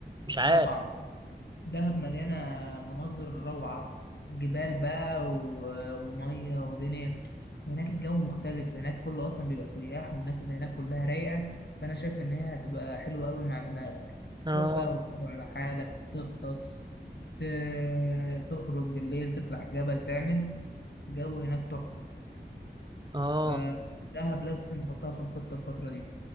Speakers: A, on the right; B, on the left.
A: مش عارف
B: طبعا دهب مليانة مناظر روعة جبال بقى و... ومية ودنيا وهناك الجو مختلف هناك كله أصلا بيبقى سياح والناس اللي هناك كلها رايقة فأنا شايف إن هي هتبقى حلوة أوي مع دماغك
A: اه
B: تروح بقى وتروح على حالك تغطس ت... تخرج بالليل تطلع جبل تعمل جو هناك تحفة
A: اه
B: فدهب لازم تحطها في الخطة الفترة دي